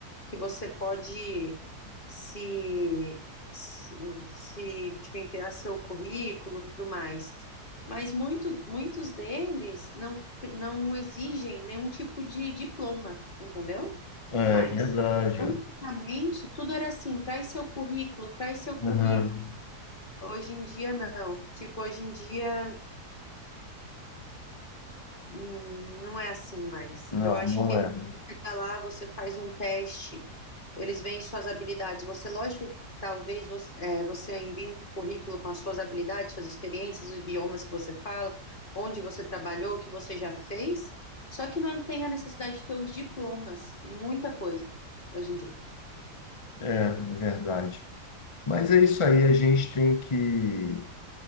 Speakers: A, on the left; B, on the left.
A: Que você pode se, se, se, tipo, enviar seu currículo, e tudo mais. Mas muito, muitos deles não, não exigem nenhum tipo de diploma, entendeu?
B: É
A: Mas,
B: verdade.
A: antigamente,
B: ó.
A: tudo era assim, traz seu currículo, traz seu currículo.
B: Aham.
A: Hoje em dia, não. Tipo, hoje em dia. Hum, Não é assim mais.
B: Não,
A: Eu acho
B: não
A: que
B: é.
A: fica lá, você faz um teste, eles veem suas habilidades. Você, lógico que talvez você, é, você envie um currículo com as suas habilidades, suas experiências, os idiomas que você fala, onde você trabalhou, o que você já fez. Só que não tem a necessidade de ter os diplomas, muita coisa hoje em dia.
B: É, é verdade. Mas é isso aí, a gente tem que